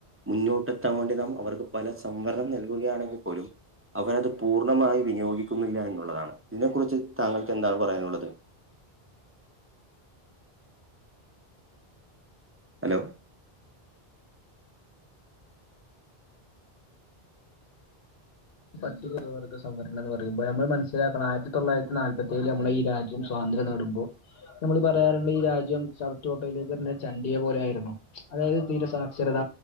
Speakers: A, on the right (about 15°); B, on the left (about 65°).
A: മുന്നോട്ടെത്താൻ വേണ്ടി നാം അവർക്ക് പല സംവരണം നൽകുകയാണെങ്കിൽ പോലും അവരത് പൂർണ്ണമായി വിനിയോഗിക്കുന്നില്ല എന്നുള്ളതാണ് ഇതിനെക്കുറിച്ച് താങ്കൾക്ക് എന്താണ് പറയാനുള്ളത് ഹലോ
B: പറ്റുവർഗ സംവരണം എന്ന് പറയുമ്പോ നമ്മൾ മനസ്സിലാക്കണം ആയിരത്തി തൊള്ളായിരത്തി നാല്പ്പത്തേഴിൽ നമ്മള ഈ രാ ജ്യം സ്വാന്ത്രം നേടുമ്പോ നമ്മൾ പറയാറ്ണ്ട് ഈ രാജ്യം ചവറ്റ് കൊട്ടയിലേക്ക്ട്ണ ചണ്ടിയെ പോലെ ആയിരിന്നു അതായത് തീരസാക്ഷരത